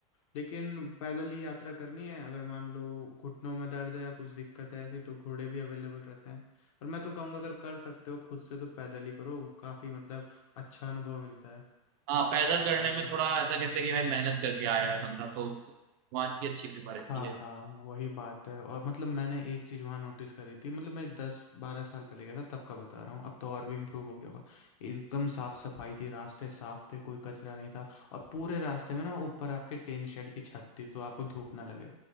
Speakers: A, on the left; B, on the right.
A: लेकिन पैदल ही यात्रा करनी है अगर मान लो घुटनों में दर्द है या कुछ दिक्कत है ऐसी तो घोड़े भी अवेलेबल रहते हैं और मैं तो कहूँगा अगर कर सकते हो खुद से तो पैदल ही करो काफ़ी मतलब अच्छा अनुभव मिलता है
B: हाँ पैदल
A: और
B: करने में थोड़ा ऐसा कहते हैं कि भाई मेहनत करके आया है बंदा तो भगवान की अच्छी कृपा रहती
A: हाँ
B: है
A: हाँ वही बात है और मतलब मैंने एक चीज़ वहाँ नोटिस करी थी मतलब मैं दस बारह साल पहले गया था तब का बता रहा हूँ अब तो और भी इम्प्रूव हो गया होगा एकदम साफ सफाई थी रास्ते साफ थे कोई कचरा नहीं था और पूरे रास्ते में ना ऊपर आपके टेन शेड की छत थी तो आपको धूप ना लगे